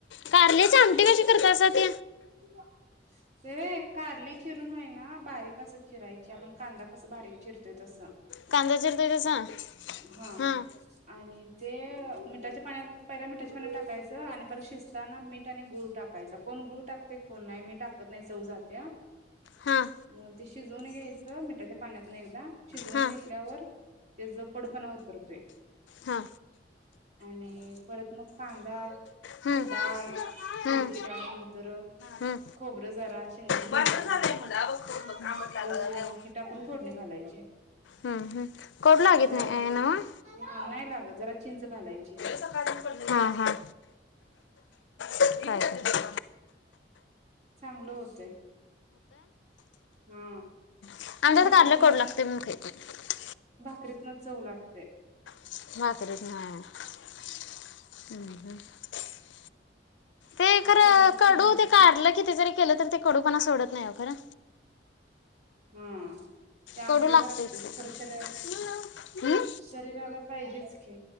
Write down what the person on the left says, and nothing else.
कारल्याची आमटी कशी करतासा ती?
कांदा चिरताय तसा
हां
हां
हां
हा
हं
हं
हं
बाजार
झालंय म्हणलं आ बघ खाऊन बघ आंबट लागायला
लागलंय बघ.
हं ह कडू लागत
नाही नव्ह?
सकाळी पडलंय हां हां चालतंय
<unintelligible> कारल
कडू लागतयं म्हणून खाईत नाहित.
<inaudible> <inaudible> ते खर
कडू
ते कारल किती जरी केल तरी कडू पणा सोडत नाही ओ खर
कडू लागतयचं
ते
हम्म